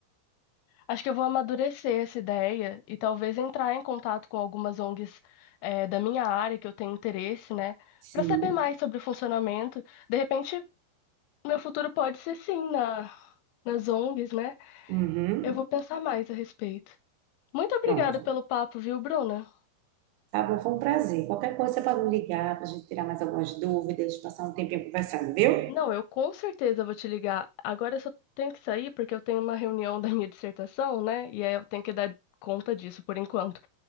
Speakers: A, on the left; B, on the right.
A: Acho que eu vou amadurecer essa ideia e talvez entrar em contato com algumas ONGs, eh, da minha área que eu tenho interesse, né?
B: Sim.
A: Para saber mais sobre o funcionamento. De repente, meu futuro pode ser sim na, nas ONGs, né?
B: Uhum.
A: Eu vou pensar mais a respeito. Muito obrigada
B: Pronto.
A: pelo papo, viu, Bruna?
B: Tá bom, foi um prazer. Qualquer coisa você pode me ligar para a gente tirar mais algumas dúvidas, passar um tempinho conversando, viu?
A: Não, eu com certeza vou te ligar. Agora eu só tenho que sair porque eu tenho uma reunião da minha dissertação, né? E aí eu tenho que dar conta disso por enquanto.